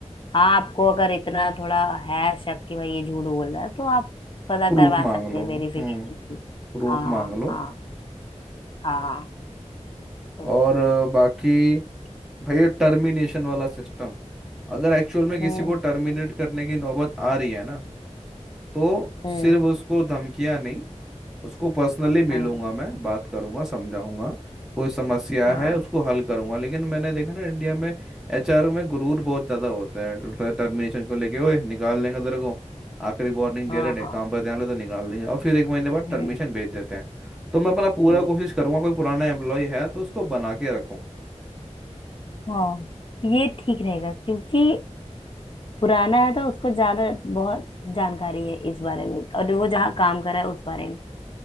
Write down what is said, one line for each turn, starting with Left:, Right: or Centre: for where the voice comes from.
Left: हाँ आपको अगर इतना थोड़ा है शक कि भाई ये झूठ बोल रहा है तो आप पता
Centre: प्रूफ
Left: करवा
Centre: मांग
Left: सकते
Centre: लो
Left: हैं वेरिफिकेशन
Centre: हम्म प्रूफ
Left: हाँ
Centre: मांग लो
Left: हाँ हाँ तो
Centre: और अ, बाकी भाई ये टर्मिनेशन वाला सिस्टम अगर एक्चुअल में किसी
Left: हम्म
Centre: को टर्मिनेट करने की नौबत आ रही है ना तो
Left: हम्म
Centre: सिर्फ उसको धमकियां नहीं उसको पर्सनली मिलूंगा
Left: हाँ
Centre: मैं बात करूंगा समझाऊंगा कोई समस्या
Left: हाँ
Centre: है उसको हल करूंगा लेकिन मैंने देखा ना इंडिया में एचआर में गुरूर बहुत ज्यादा होता है टर्मिनेशन को लेके ओए निकाल देंगे तेरे को आखिरी वार्निंग
Left: हाँ
Centre: दे रहे हैं
Left: हाँ
Centre: काम पर ध्यान ले तो निकाल देंगे और फिर एक महीने बाद टर्मिनेशन
Left: हम्म
Centre: भेज देते हैं तो मैं अपना पूरा
Left: हम्म
Centre: कोशिश करूंगा कोई पुराना एम्प्लॉय है तो उसको बना के रखूं
Left: हाँ ये ठीक रहेगा क्योंकि पुराना है तो उसको ज्यादा बहुत जानकारी है इस बारे में और वो जहाँ काम कर रहा है उस बारे में